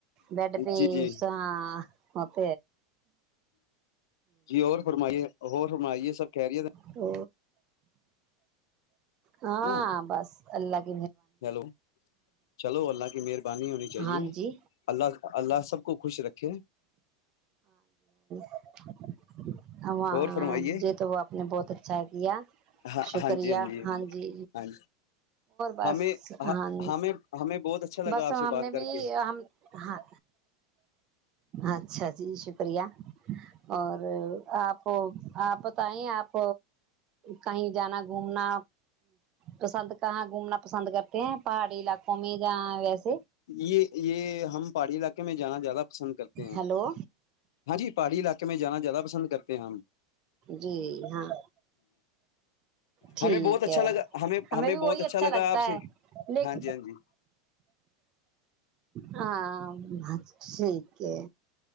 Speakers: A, on the right; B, on the left.
A: بیڈ پہ
B: جی جی
A: اس ہ مت
B: جی اور فرمائیے اور فرمائیے سب کہہ رہی ہے
A: تو ہاں
B: نا
A: بس اللہگ
B: ہیلو چلو اللہ کی مہربانی ہونی چاہیے
A: ہاں جی
B: اللہ اللہ سب کو خوش رکھے
A: <unintelligible> اں
B: اور فرمائیے
A: جی تو وہ آپ نے بہت اچھا کیا
B: ہاں
A: شکریہ
B: ہاں جی
A: ہاں جی
B: ہاں
A: بس
B: ہمیں
A: ہاں
B: ہمیں ہمیں بہت اچھا لگا
A: بس
B: آپ سے
A: ہم
B: بات
A: نے
B: کر
A: بھی
B: کے
A: ہم ہاں اچھا جی شکریہ اور آپ آپ بتائیں آپ کہیں جانا گھومنا پسند کر کہاں گھومنا پسند کرتے ہیں پہاڑی علاقوں میں جہاں ویسے
B: یہ یہ ہم پہاڑی علاقے میں جانا زیادہ پسند کرتے ہیں
A: ہیلو
B: ہاں جی پہاڑی علاقے میں جانا زیادہ پسند کرتے ہیں ہم
A: جی ہاں ٹھیک
B: ہمیں بہت اچھا
A: ہے
B: لگا
A: ہمیں بھی
B: بہت
A: وہی اچھا
B: لگا
A: لگتا
B: آپ سے
A: ہے لیک
B: ہاں جی ہاں جی
A: ہاں ٹھیک ہے